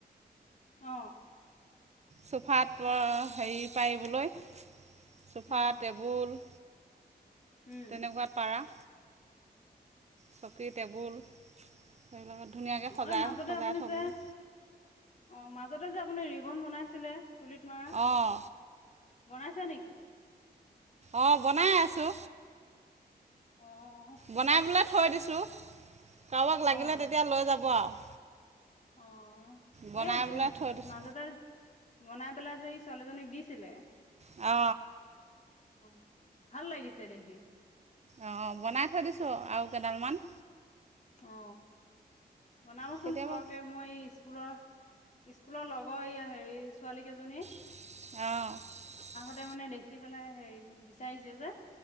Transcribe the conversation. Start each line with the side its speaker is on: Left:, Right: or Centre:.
Left: অ।
Right: চোফাত প-হেৰি পাৰিবলৈ। চোফা,
Left: অ',
Right: টেবুল।
Left: উম,
Right: তেনেকুৱাত পাৰা। চকী, টেবুল। সেইবিলাকত ধুনীয়াকৈ
Left: অ',
Right: সজাই
Left: অ', মাজতে
Right: সজাই
Left: আপুনি
Right: থ'বলৈ
Left: যে, অ', মাজ য'তে যে আপুনি ৰিবন বনাইছিলে। চুলিত মৰা,
Right: অঁ
Left: বনাইছ ছে নেকি?।
Right: অ', বনাই আছো।
Left: অ',
Right: বনাই পেলাই থৈ থৈ দিছোঁ। কাৰোবাক
Left: অ',
Right: লাগিলে তেতিয়া লৈ যাব আৰু।
Left: অ',
Right: বনাই
Left: এই দে-মাজতে
Right: পেলাই থৈ দিছোঁ
Left: বনাই পেলাই যে এই ছোৱালীজনীক দিছিলে।
Right: অ।
Left: <inaudible> ভাল লাগিছে দেখি।
Right: অ', বনাই থৈ দিছো আৰু কেইডালমান।
Left: অ। বনাবাচোন
Right: কেতিয়াবা
Left: সৰহকে মই এই স্ক স্কুলৰ, স্কুলৰ লগৰ এইয়া হেৰি ছোৱালী কেইজনী।
Right: অ।
Left: ততে মানে দেখি পেলাই হেৰি বিচাৰিছে যে,